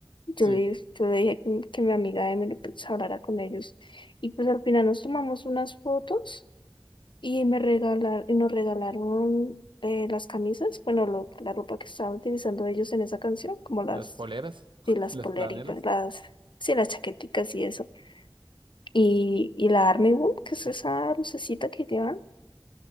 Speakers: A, on the left (about 70°); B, on the right (about 75°).
A: Yo
B: Sí.
A: le, yo le dije que, que mi amiga Emily pues hablara con ellos. Y pues al final nos tomamos unas fotos y me regalaron, y nos regalaron eh, las camisas, bueno, lo- la ropa que estaban utilizando ellos en esa canción, como las
B: las poleras, <laughs>
A: y las
B: las
A: poleritas,
B: planelas.
A: las, sí, las chaqueticas y eso. Y, y la Army Wool, que es esa lucecita que llevan,